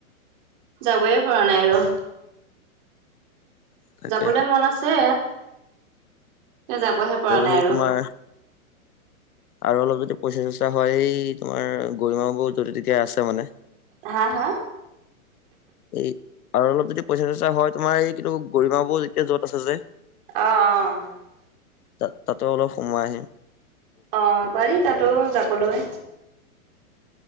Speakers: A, on the right (about 35°); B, on the left (about 80°).
A: যাবয় পৰা নাই আৰু।
B: তাকে
A: যাবলৈ মন আছে। যাবহে পৰা নাই
B: সেই
A: আৰু।
B: তোমাৰ আৰু অলপ যদি পইচা চইচা হয় এই তোমাৰ গৰিমা বৌ যত তেতিয়া আছে মানে।
A: হা হা।
B: এই আৰু অলপ যদি পইচা চইচা হয় তোমাৰ এই কিতো গৰিমা বৌ এতিয়া যত আছে যে।
A: আহ অ।
B: তাত তাতো অলপ সমোয় আহি।
A: আহ পাৰি তাতো যাবলৈ।